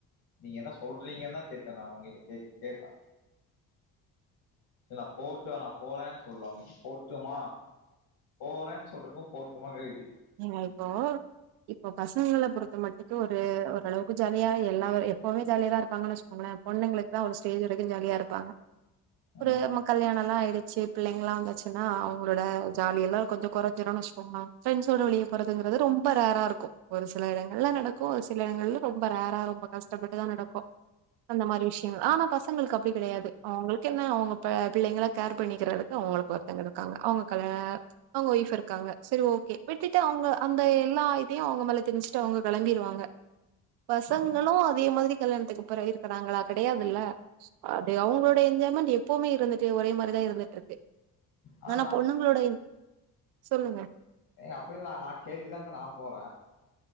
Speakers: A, on the left; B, on the right.
A: நீங்க என்ன சொல்றீங்கன்னு தா கேட்ட நா அவங்ககிட்ட கே கேட்ப ச போட்டு நா போறேன்னு சொல்லல அவங்க போட்டுமா போறேன்னு சொல்றதுக்கு போட்டுமா கே
B: ஏங்க இப்போ இப்போ பசங்கள பொறுத்த மட் க்கு ஒரு ஓரளவுக்கு ஜாலியா எல்லா எப்பவுமே ஜாலிய தா இருப்பாங்கன்னு வச்சுக்கோங்களே பொண்ணுங்களுக்கு தா ஒரு ஸ்டேஜ் வரைக்கு ஜாலியா இருப்பாங்க ஒரு
A: ம்
B: மக் கல்யாண எல்லா ஆயிடு சரி பிள்ளைங்கலா வந்தாச்சுனா அவங்களோட ஜாலி எல்லா கொஞ்சோ குறைஞ்சிடும்னு வச்சுக்கோங்க ஃபரண்டஸ் ரோடு வழியா போறதுங்கறது ரொம்ப ரேரா இருக்கு ஒரு சில இடங்கள்ல நடக்கு ஒரு சில இடங்கள் ரொம்ப ரேரா ரொம்ப கஷ்டப்பட்டுதா நடக்கு அந்த மாரி விஷயங்கள் ஆனா பசங்களுக்கு அப்படி கெடையாது அவங்களுக்கு என்ன அவங்க பி பிள்ளைங்கள கேர் பண்ணிக்கிறதுக்கு அவங்களுக்கு ஒருத்தங்க இருக்காங்க அவங்க கல் அவங்க ஒய்ஃப் இருக்காங்க சரி ஓகே கிட்ட அவங்க அ எல்லா ஆ ப்டியே அவங்க மேல திணிச்சுட்டு அவங்க கெளம்பிடுவாங்க பசங்களு
A: ம்
B: அதே மாதிரி கல்யாணத்துக்கு அப்பற இருக்கறாங்களா கிடையாதுல்ல அது அவங்களோட என்ஜாய்மெண்ட் எப்பவுமே இருந்துட்டு ஒரே மாதிரிதா இருந்துட்டு இருக்கு
A: ஆ
B: ஆனா பொண்ணுங்களோட என் சொல்லுங்க
A: ஏ அப்படிலா நா நா கேட்டுதாங்க நா போற